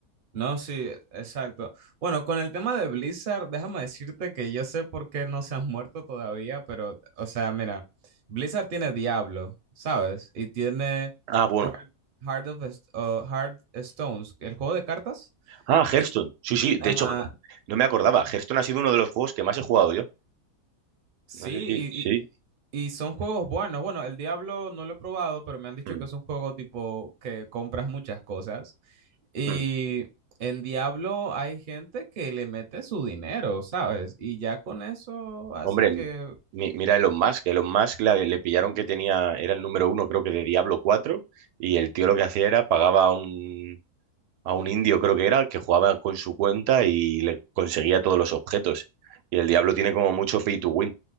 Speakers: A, on the right (about 50°); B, on the right (about 85°).
A: No, sí, exacto. Bueno, con el tema de Blizzard, déjame decirte que yo sé por qué no se han muerto todavía, pero, o sea, mira, Blizzard tiene Diablo, ¿sabes? Y tiene
B: Ah, bueno.
A: Heart, Heart of Est- o Heart Stones, el juego de cartas.
B: Ah, Hearthstone.
A: Y,
B: Sí, sí. De
A: ajá,
B: hecho, no me acordaba. Hearthstone ha sido uno de los juegos que más he jugado yo.
A: Sí,
B: No sé si... Sí.
A: y, y, y son juegos buenos. Bueno, el Diablo no lo he probado, pero me han dicho
B: Mm,
A: que es un juego tipo que compras muchas cosas. Y
B: mm.
A: en Diablo hay gente que le mete su dinero, ¿sabes? Y ya con eso hace
B: Hombre,
A: que...
B: mi- mira Elon Musk. Elon Musk la- le pillaron que tenía, era el número uno, creo que de Diablo cuatro. y el tío lo que hacía era pagaba a un, a un indio, creo que era, que jugaba con su cuenta y le conseguía todos los objetos. Y el Diablo tiene como mucho pay to win.